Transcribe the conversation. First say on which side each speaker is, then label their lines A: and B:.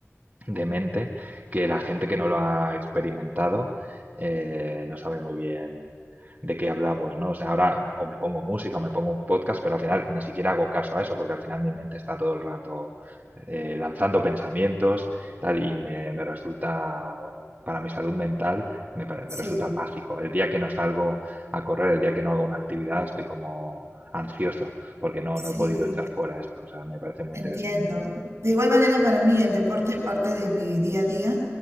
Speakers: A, on the right (about 35°); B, on the right (about 60°).
A: de mente que la gente que no lo ha experimentado eh, no sabe muy bien de qué hablamos, ¿no? O sea, ahora o me pongo música o me pongo un podcast, pero al final ni siquiera hago caso a eso, porque al final mi mente está todo el rato eh, lanzando pensamientos, tal, y me, me resulta, bueno, para mi salud mental me, pare-
B: Sí,
A: me resulta básico. El día que no salgo a correr, el día que no hago una actividad, estoy como ansioso, porque no,
B: sí,
A: no he podido echar fuera esto, o sea, me parece muy
B: Entiendo.
A: interesante.
B: De igual manera, para mí el deporte es parte de mi día a día.